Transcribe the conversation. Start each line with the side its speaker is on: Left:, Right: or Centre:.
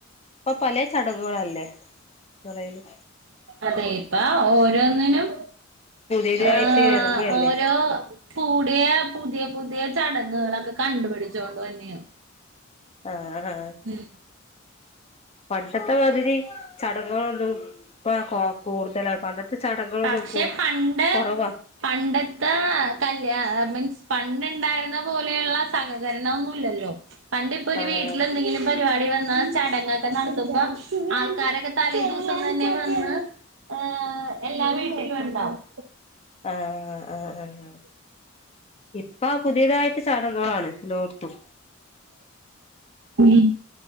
Left: ഇപ്പം പലേ ചടങ്ങുകളല്ലേ മൊളേല്
Right: അതെ ഇപ്പ ഓരോന്നിനും
Left: പുതിയതായിട്ട്
Right: ആഹ്
Left: ഇറങ്ങല്ലേ
Right: ഓരോ കൂടിയ പുതിയ പുതിയ ചടങ്ങുകളൊക്കെ കണ്ടുപിടിച്ചു കൊണ്ട് വന്നെയാണ്
Left: ആഹ് ആഹ്
Right: ഉം
Left: പണ്ടത്തെ മാതിരി ചടങ്ങുകളൊന്നും ഇപ്പോ കൂടുതലായി പണ്ടത്തെ ത്തെ ചടങ്ങ്കളൊന്നും
Right: പക്ഷെ പണ്ട്
Left: കൊറവാ
Right: പണ്ടത്തെ കല്ല്യ മീൻസ് പണ്ട് ഇണ്ടായിരുന്ന പോലെ ഇള്ള സഹ ഉപകരണൊന്നുല്ലല്ലോ പണ്ട് ഇപ്പൊ ഒരു
Left: ആഹ്
Right: വീട്ടിൽ എന്തെങ്കിലും പരിപാടി വന്നാ ചടങ്ങൊക്കെ നടത്തുമ്പ ആൾക്കാരൊക്കെ തലേ ദിവസം തന്നെ വന്ന് ഏഹ് എല്ലാ വീട്ടിലും ഉണ്ടോ? <inaudible>
Left: ആഹ് ആഹ് ആഹ് ഇപ്പ പുതിയതായിട്ട് ചടങ്ങോളാണ് ലോർത്തും
Right: ഉം